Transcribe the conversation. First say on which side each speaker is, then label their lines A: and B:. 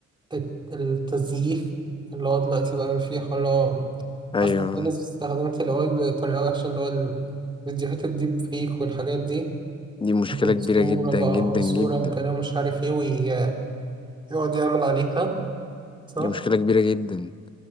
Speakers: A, on the right (about 15°); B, on the left (about 15°).
A: الت- التزييف اللي هو دلوقتي بقى فيه حوار اللي هو
B: ايوه
A: أصلا في ناس استخدمت ال AI بطريقة وحشة اللي هو الفيديوهات الديب فيك والحاجات دي
B: دي مشكلة
A: ياخد
B: كبيرة
A: صورة
B: جدا
A: بقى
B: جدا
A: أو صورة
B: جدا
A: وكلام مش عارف إيه ويقعد يعمل عليها صح؟
B: دي مشكلة كبيرة جدا